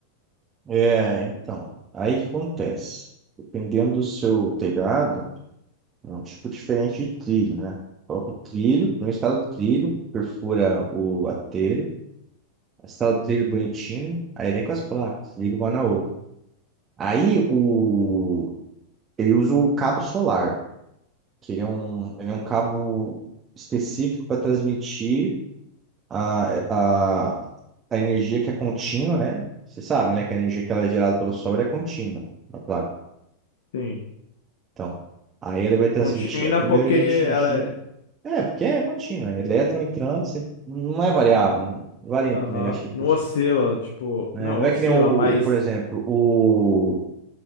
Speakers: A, on the right; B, on the left.
A: É, então, aí o que acontece? Dependendo do seu telhado, é um tipo diferente de trilho, né? Coloca o trilho, não instala o trilho, perfura o, a telha, instala o trilho bonitinho, aí vem com as placas, liga uma na outra. Aí o, ele usa o cabo solar, que ele é um, ele é um cabo específico para transmitir A, a, a energia que é contínua, né? Você sabe, né? Que a energia que ela é gerada pelo Sol ela é contínua na placa.
B: Sim.
A: Então, aí ele vai transmitir.
B: Contínua
A: Primeiro
B: porque
A: a gente.
B: ela
A: gi-
B: é
A: É, porque é contínua. Elétron entrando, você... não é variável, né? Varia entre
B: Aham.
A: negativo
B: Não
A: e positivo.
B: oscila, tipo.
A: né?
B: Não,
A: Não
B: oscila,
A: é que nem o,
B: mas.
A: o, por exemplo, o